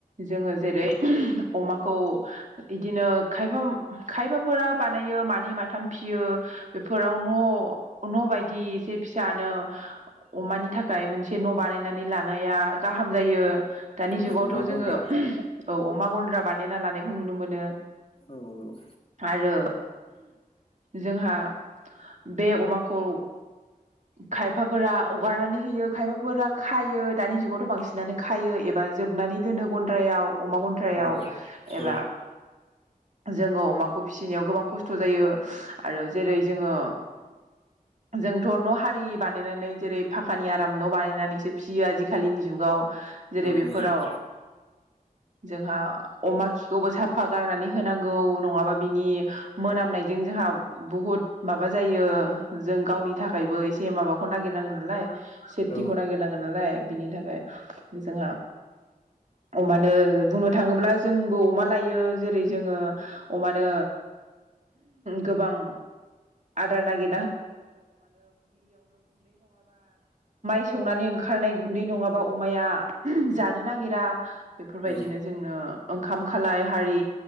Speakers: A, on the right; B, on the left.
A: जोङो जेरै अमाखौ इदिनो खायफा खायफाफोरा बानायो मानै माथाम फियो बेफोराव न' न' बायदि एसे फिसानो अमानि थाखाय मोनसे न' बानाय बायनानै लानाया गाहाम जायो दानि
B: औ
A: जुगावथ'
B: अमा गन्द्रा
A: जोङो औ अमा गन्द्रा बानाय ना लानायखौ नुनो मोनो
B: औ
A: आरो जोंहा बे अमाखौ खायफाफोरा हगारनानै होयो खायफाफोरा खायो दानि जुगावथ' बांसिनानो खायो एबा जोबनानै दोनो गन्द्रायाव अमा गन्न्द्रायाव
B: औ
A: एबा
B: औ
A: जोङो अमाखौ फिसिनायाव गोबां खस्थ' जायो आरो जेरै जोङो जोंथ' न' हारि बानायनानै जेरै फाखानि आराम न' बानायनानै िसियो आजि आथिखालिनि जुगाव जेरै
B: औ
A: बेफोराव
B: नंगौ
A: जोंहा अमा खिखौबो साफा गारनानै होनांगौ नङाबा बिनि मोनामनायजों जोंहा बुहुद माबा जायो जों गावनि थाखायबो एसे माबाखौ नागिरनांगोन नालाय सेथि
B: औ
A: गना ग नांगोन ालाय बिनि थाखाय जों अमानो बुंनो थाङोब्ला जोंबो अमा लायो जेरै जोङो अमानो गोबां ग ग संनानै ओं खारनाय गुन्दै नङाबा अमाया जानो नागिरा बेफोरबायदिनो
B: औ
A: जोंनो ओंखाम खालाय हारि